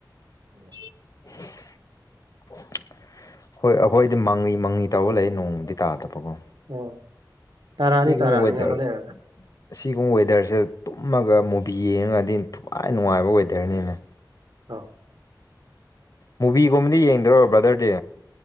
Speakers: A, on the right; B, on the left.
A: ꯎꯝ
B: ꯑꯣ ꯍꯣꯏ ꯑꯩꯈꯣꯏꯗꯤ ꯃꯪꯂꯤ ꯃꯪꯂꯤ ꯇꯧꯕ ꯂꯩ ꯅꯣꯡꯃꯗꯤ ꯇꯥꯗꯕꯀꯣ
A: ꯑꯣ ꯇꯥꯔꯛꯑꯅꯤ
B: ꯁꯤ ꯀ
A: ꯇꯥꯔꯛꯑꯅꯤ
B: ꯑꯣꯏꯋꯦꯗꯔꯦ
A: ꯉꯥꯏꯍꯥꯛ ꯂꯩꯔꯒ
B: ꯑꯁꯤꯒꯨꯝꯕ ꯋꯦꯗꯔꯁꯦ ꯇꯨꯝꯃꯒ ꯃꯨꯚꯤ ꯌꯦꯡꯉꯒꯗꯤ ꯊꯋꯥꯏ ꯅꯨꯡꯉꯥꯏꯕ ꯋꯦꯗꯔꯅꯤꯅꯦ
A: ꯑꯥ
B: ꯃꯨꯚꯤꯒꯨꯝꯕꯗꯤ ꯌꯦꯡꯗ꯭ꯔꯣ ꯕ꯭ꯔꯥꯗꯔꯗꯤ